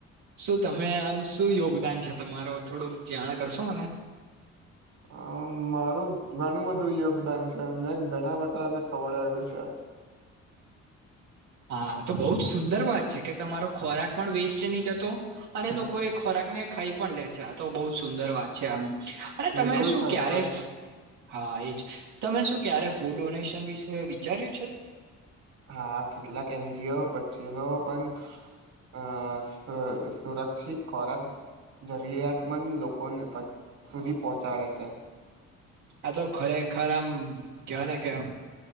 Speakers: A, on the right; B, on the right.
A: શું તમે આમ શું યોગદાન છે તમારૂ થોડુંક જાણ કરશો મને?
B: હા મારું ઘણું બધું યોગદાન છે મેં ઘણા બધાને ખવડાયું છે.
A: હા તો બહુ જ સુંદર વાત છે કે તમારો ખોરાક પણ વેસ્ટ નહી જતો અને લોકો એ ખોરાક ને ખાઈ પણ લે છે આ તો બહુ જ સુંદર વાત છે. અને
B: બિલકુલ
A: તમે શું
B: સાચી
A: ક્યારે
B: વાત છે
A: હા એજ તમે શું ક્યારે ફૂડ ડોનેશન વિશે વિચાર્યું છે.
B: હા કેટલાક એનજીઓ બચેલો પણ અ સ સુરક્ષિત ખોરાક જરૂરિયાતમંદ લોકો સુધી પહોંચાડે છે.
A: આ તો ખરેખર આમ કહેવાય ને કે